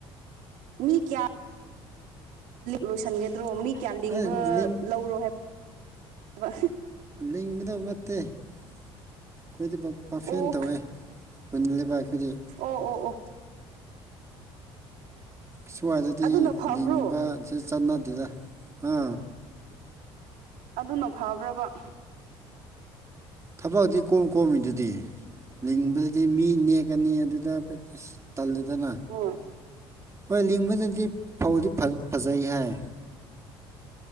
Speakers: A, on the right; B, on the right.
A: ꯃꯤ ꯀꯌꯥ ꯂꯣꯏꯁꯤꯟꯒꯗ꯭ꯔꯣ ꯃꯤ ꯀꯌꯥꯜꯂꯤꯡꯕ
B: ꯑꯩ ꯂꯤꯡ
A: ꯂꯧꯔꯣ ꯍꯥꯏꯕ
B: ꯂꯤꯡꯒꯗꯕ ꯅꯠꯇꯦ ꯑꯩꯈꯣꯏꯗꯤ ꯕꯐꯦꯟ
A: ꯑꯣ
B: ꯇꯧꯋꯦ ꯍꯨꯟꯂꯦꯕ ꯑꯩꯈꯣꯏꯗꯤ
A: ꯑꯣ ꯑꯣ ꯑꯣ
B: ꯁ꯭ꯋꯥꯏꯗꯗꯤ
A: ꯑꯗꯨꯅ ꯐꯕ꯭ꯔꯣ
B: ꯂꯤꯡꯕꯁꯦ ꯆꯠꯅꯗꯦꯗ ꯍꯥ
A: ꯑꯗꯨꯅ ꯐꯕ꯭ꯔꯥꯕ
B: ꯊꯕꯛꯗꯤ ꯀꯣꯝ ꯀꯣꯝꯃꯤꯗꯨꯗꯤ ꯂꯤꯡꯕꯗꯨꯗꯤ ꯃꯤ ꯅꯦꯛꯀꯅꯤ ꯑꯗꯨꯗꯁ ꯇꯜꯂꯦꯗꯅ
A: ꯍꯣꯏ
B: ꯍꯣꯏ ꯂꯤꯡꯕꯅꯗꯤ ꯐꯧꯗꯤ ꯐꯖꯩ ꯍꯥꯏ